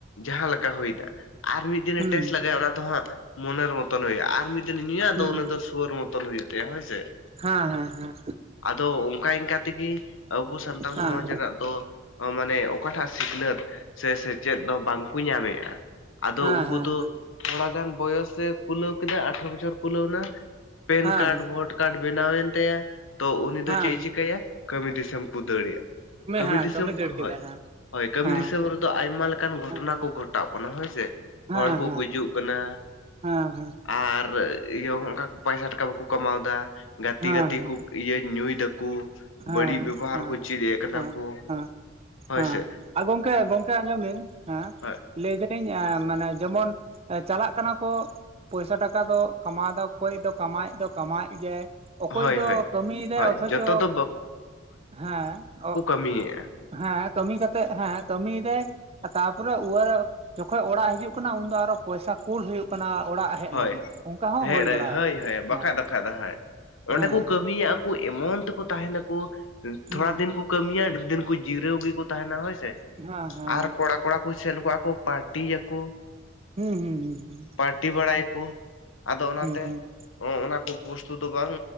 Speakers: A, on the left (about 80°); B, on the right (about 30°).
A: ᱡᱟᱦᱟᱸ ᱞᱮᱠᱟ ᱦᱩᱭᱱᱟ ᱟᱨ ᱢᱤᱫ ᱫᱤᱱ
B: ᱦᱩᱸ
A: ᱮ ᱴᱮᱥᱴ ᱞᱟᱜᱟᱭᱟ ᱚᱱᱟ ᱫᱚ ᱦᱟᱸᱜ ᱢᱚᱱᱮᱨ ᱢᱚᱛᱚᱱ ᱦᱩᱭᱩᱜᱼᱟ ᱟᱨ ᱢᱤᱫ ᱫᱤᱱ ᱧᱩᱭᱟ
B: ᱦᱩᱸ
A: ᱫᱚ ᱩᱱᱤ ᱫᱚ ᱥᱩᱭᱟᱹᱨ ᱢᱚᱛᱚᱱ ᱦᱩᱭᱩᱜ ᱛᱟᱭᱟ ᱦᱳᱭᱥᱮ
B: ᱦᱮᱸ ᱦᱮᱸ ᱦᱮᱸ
A: ᱟᱫᱚ ᱚᱱᱠᱟ ᱤᱱᱠᱟ ᱛᱤᱜᱤ ᱟᱵᱚ ᱥᱟᱱᱛᱟᱲ
B: ᱦᱮᱸ
A: ᱥᱚᱢᱟᱡᱽ ᱨᱮᱱᱟᱜ ᱫᱚ ᱦᱚᱸ ᱢᱟᱱᱮ ᱚᱠᱟᱴᱟᱜ ᱥᱤᱠᱷᱱᱟᱹᱛ ᱥᱮ ᱥᱮᱪᱮᱫ ᱫᱚ ᱵᱟᱝᱠᱚ ᱧᱟᱢᱮᱫᱼᱟ ᱟᱫᱚ
B: ᱦᱮᱸ
A: ᱩᱱᱠᱩ
B: ᱦᱮᱸ
A: ᱫᱚ ᱛᱷᱚᱲᱟ ᱜᱟᱱ ᱵᱚᱭᱚᱥ ᱮ ᱠᱩᱞᱟᱹᱣ ᱠᱮᱫᱟ ᱟᱴᱷᱚᱨᱚ ᱵᱚᱪᱷᱚᱨ ᱠᱩᱞᱟᱹᱣ ᱱᱟ ᱯᱮᱱ
B: ᱦᱮᱸ ᱦᱮᱸ
A: ᱠᱟᱨᱰ, ᱵᱷᱳᱴ ᱠᱟᱨᱰ ᱵᱮᱱᱟᱣᱮᱱ ᱛᱟᱭᱟ ᱛᱚ ᱩᱱᱤ
B: ᱦᱮᱸ
A: ᱫᱚ ᱪᱮᱫ ᱮ
B: ᱦᱮᱸ
A: ᱪᱤᱠᱟᱹᱭᱟ ᱠᱟᱹᱢᱤ ᱫᱤᱥᱚᱢ <inaudible> ᱠᱩ ᱫᱟᱹᱲ ᱮᱭᱟᱜ ᱠᱟᱹᱢᱤ
B: ᱦᱮᱸ
A: ᱫᱤᱥᱟᱹᱢ
B: ᱫᱟᱹᱲ
A: ᱠᱷᱚᱡ᱾
B: ᱠᱮᱫᱟᱭ ᱦᱮᱸ
A: ᱦᱳᱭ ᱠᱟᱹᱢᱤ
B: ᱦᱮᱸ
A: ᱫᱤᱥᱚᱢ ᱨᱮᱫᱚ ᱟᱭᱢᱟ ᱞᱮᱠᱟᱱ ᱜᱷᱚᱴᱚᱱᱟ
B: ᱦᱮᱸ
A: ᱠᱚ ᱜᱷᱚᱴᱟᱜ ᱠᱟᱱᱟ ᱦᱳᱭ ᱥᱮ
B: ᱦᱮᱸ
A: ᱦᱚᱲ ᱠᱚ
B: ᱦᱮᱸ ᱦᱮᱸ
A: ᱜᱩᱡᱩᱜ ᱠᱟᱱᱟ
B: ᱦᱮᱸ ᱦᱮᱸ
A: ᱟᱨ ᱤᱭᱟᱹ ᱚᱱᱠᱟ ᱯᱚᱭᱥᱟ ᱴᱟᱠᱟ ᱠᱚᱠᱚ ᱠᱟᱢᱟᱣ ᱫᱟ ᱜᱟᱛᱮ
B: ᱦᱮᱸ
A: ᱜᱟᱛᱮ ᱠᱚ ᱤᱭᱟᱹ ᱧᱩᱭ ᱫᱟᱠᱩ
B: ᱦᱮᱸ
A: ᱵᱟᱹᱲᱤᱡ ᱵᱮᱵᱚᱦᱟᱨ
B: ᱦᱮᱸ
A: ᱠᱚ ᱪᱮᱫ ᱮᱫ ᱠᱟᱱᱟ
B: ᱦᱮᱸ
A: ᱠᱚ
B: ᱦᱮᱸ
A: ᱦᱳᱭᱥᱮ
B: ᱦᱮᱸ ᱟᱨ ᱜᱚᱝᱠᱮ ᱜᱚᱝᱠᱮ ᱟᱸᱡᱚᱢ ᱵᱤᱱ ᱦᱮᱸ
A: ᱦᱳᱭ
B: ᱞᱟᱹᱭ ᱫᱟᱹᱞᱤᱧ ᱢᱟᱱᱮ ᱡᱮᱢᱚᱱ ᱮ ᱪᱟᱞᱟᱜ ᱠᱟᱱᱟ ᱠᱚ ᱯᱚᱭᱥᱟ ᱴᱟᱠᱟ ᱫᱚ ᱠᱟᱢᱟᱣ ᱫᱚ ᱚᱠᱚᱭ ᱫᱚ ᱠᱟᱢᱟᱣᱤᱡ ᱫᱚ ᱠᱟᱢᱟᱣᱮᱫ ᱜᱮᱭᱟᱭ ᱚᱠᱚᱭ
A: ᱦᱳᱭ
B: ᱫᱚ
A: ᱦᱳᱭ
B: ᱠᱟᱹᱢᱤᱭ ᱮᱫᱟᱭ
A: ᱦᱳᱭ
B: ᱚᱛᱷᱚᱪᱚ
A: ᱡᱚᱛᱚ ᱫᱚ
B: ᱦᱮᱸ <inaudible>
A: ᱠᱟᱹᱢᱤ ᱭᱮ-ᱟ᱾
B: ᱦᱮᱸ ᱠᱟᱹᱢᱤ ᱠᱟᱛᱮᱜ ᱦᱮᱸ ᱠᱟᱹᱢᱤᱭ ᱫᱟᱭ ᱛᱟᱯᱚᱨᱮ ᱣᱟᱹᱨ ᱡᱚᱠᱷᱚᱱ ᱚᱲᱟᱜ ᱦᱤᱡᱩᱜ ᱠᱟᱱᱟ ᱩᱱᱫᱚ ᱟᱸᱨᱚ ᱯᱚᱭᱥᱟ ᱠᱩᱞ ᱦᱩᱭᱩᱜ ᱠᱟᱱᱟ ᱚᱲᱟᱜ ᱦᱮᱡ
A: ᱦᱳᱭ
B: ᱞᱟᱹᱜᱤᱫ ᱚᱱᱠᱟ ᱦᱚᱸ
A: <unintelligible>
B: ᱦᱩᱭ ᱵᱟᱲᱟ ᱟᱠᱟᱱᱟ
A: ᱦᱳᱭ ᱦᱳ
B: ᱦᱮᱸ
A: ᱵᱟᱠᱷᱟᱡ ᱵᱟᱠᱷᱟᱡ ᱫᱚ ᱦᱳᱭ ᱚᱸᱰᱮ
B: ᱦᱮᱸ
A: ᱠᱚ ᱠᱟᱹᱢᱤᱭᱟ ᱮᱢᱚᱱ ᱛᱮᱠᱚ ᱛᱟᱸᱦᱮᱱᱟ ᱠᱚ
B: ᱦᱩᱸ
A: ᱛᱷᱚᱲᱟ ᱫᱤᱱ ᱠᱚ ᱠᱟᱹᱢᱤᱭᱟ ᱟᱹᱰᱤ ᱫᱤᱱ ᱠᱚ ᱡᱤᱨᱟᱹᱣ ᱜᱮᱠᱚ ᱛᱟᱦᱮᱱᱟ ᱦᱳᱭ ᱥᱮ
B: ᱦᱮᱸ ᱦᱮᱸ
A: ᱟᱨ ᱠᱚᱲᱟ ᱠᱚ ᱠᱚᱲᱟ ᱠᱚ ᱥᱮᱱ ᱠᱚᱜᱼᱟ ᱠᱚ ᱯᱟᱴᱤᱭᱟ ᱠᱚ
B: ᱦᱩᱸ ᱦᱩᱸ ᱦᱩᱸ ᱦᱩᱸ
A: ᱯᱟᱴᱤ ᱵᱟᱲᱟᱭᱟ ᱠᱚ ᱟᱫᱚ ᱚᱱᱟᱛᱮ
B: ᱦᱩᱸ ᱦᱩᱸ ᱦᱩᱸ ᱦᱩᱸ
A: ᱚᱱᱟ ᱠᱚ ᱵᱩᱥᱛᱩ <unintelligible> ᱫᱚ ᱵᱟᱝ